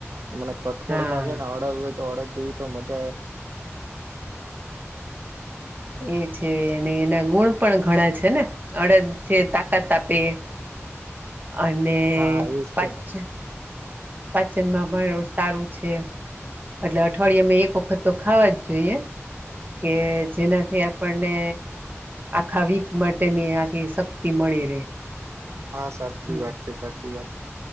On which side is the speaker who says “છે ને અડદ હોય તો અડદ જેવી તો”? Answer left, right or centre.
Right